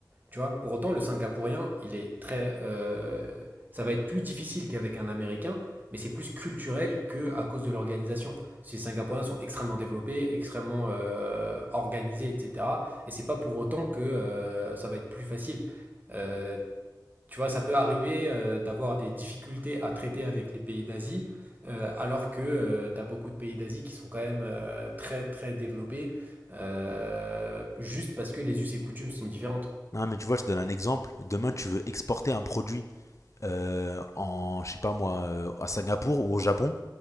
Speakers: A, on the right; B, on the left.
A: Tu vois, pour autant, le Singapourien, il est très. euh, ça va être plus difficile qu'avec un Américain, mais c'est plus culturel que à cause de l'organisation. Ces Singapouriens sont extrêmement développés, extrêmement euh, organisés, etc. Et c'est pas pour autant que euh, ça va être plus facile. Euh, tu vois, ça peut arriver euh, d'avoir des difficultés à traiter avec les pays d'Asie, euh, alors que tu as beaucoup de pays d'Asie qui sont quand même euh, très très développés, euh, juste parce que les us et coutumes sont différentes.
B: Non, mais tu vois, je te donne un exemple. Demain, tu veux exporter un produit euh, en, je sais pas moi, euh, à Singapour ou au Japon.